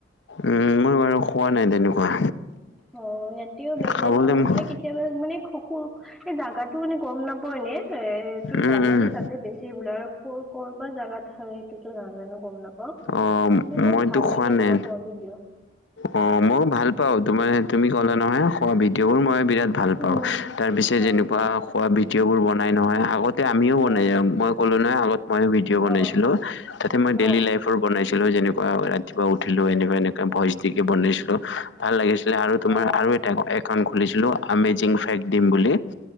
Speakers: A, on the left; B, in the centre.
A: উম, মই বাৰু খোৱা নাই তেনেকুৱা।
B: অ', ইয়াতেও বেছি
A: খাবলৈ
B: ন' মানে কেতিয়াবা মানে শকু এই জোগাটো মানে গ'ম নাপাও এনে এ টো
A: উম উম
B: জানো যে, তাতে বেছি বোলে আৰু ক'ৰ ক'ৰ বা জাগাত হয়, সেইটোতো নাজানো গ'ম নাপাও।
A: অ
B: কিন্তু বহুত
A: মইতো
B: ভাল
A: খোৱা
B: লাগে এনেকুৱা
A: নাই
B: খোৱা ভিডিঅ'।
A: অ', মই ভাল পাওঁ তোমাৰ তুমি ক'লা নহয় খোৱা ভিডিঅ' বোৰ মই বিৰাত ভাল
B: উম।
A: পাওঁ, তাৰপিছত
B: হয়
A: যেনেকুৱা
B: নেকি
A: খোৱা ভিডিঅ'বোৰ বনাই নহয়। আগতে আমিও
B: অ',
A: বনাই মই ক'লো নহয় আগত মই ভিডি
B: অ',
A: বনাইছিলো, তাতে মই ডেইলী
B: অ',
A: লাইফ ৰ বনাইছিলো যেনেকুৱা ৰাতিপুৱা উঠিলো, এনেকুৱা এনেকুৱা ভইচ দিকে বনাইছিলো। ভাল লাগিছিলে আৰু তোমাৰ
B: অ',
A: আৰু এটা একাউণ্ট খুলিছিলো। আমেজিং ফেক্ট দিম বুলি,